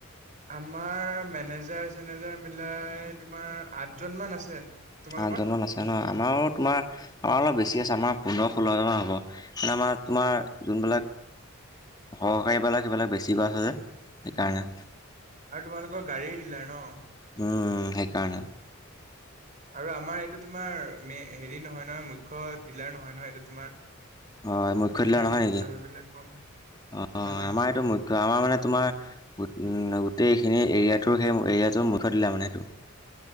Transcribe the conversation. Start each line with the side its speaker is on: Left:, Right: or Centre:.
Right: আমাৰ মেনেজাৰ চেনেজাৰ মিলাই তোমাৰ আঠজন মান আছে। তোমালোকৰ?
Left: আঠজন মান আছে ন আমাৰো তোমাৰ আমাৰ অলপ বেছি আছে আমাৰ পোন্ধৰ ষোল্লজন হব মানে আমাৰ তোমাৰ জোনবিলাক সহকাৰী বিলাক সেইবিলাক বেছিকৈ ছে যে সেইকাৰণে।
Right: আৰু তোমালোকৰ গাড়ী ডিলাৰ ন।
Left: উম, সেইকাৰণে।
Right: আৰু আমাৰ সেইটো তোমাৰ মে হেৰি নহয় - নহয় মুখ্য ডিলাৰ নহয় - নহয় এইটো তোমাৰ
Left: হয় মুখ্য
Right: সেইকাৰণে
Left: ডিলাৰ
Right: অলপ
Left: নহয় নেকি?
Right: মানুহ বিলাক কম।
Left: অ
Right: নহয় নহয়।
Left: আমাৰ এইটো মুখ্য আমাৰ মানে তোমাৰ গোটেইখিনি এৰিয়াটোৰ সেই এৰিয়াজনৰ মুখ্য ডিলাৰ মানে সেইটো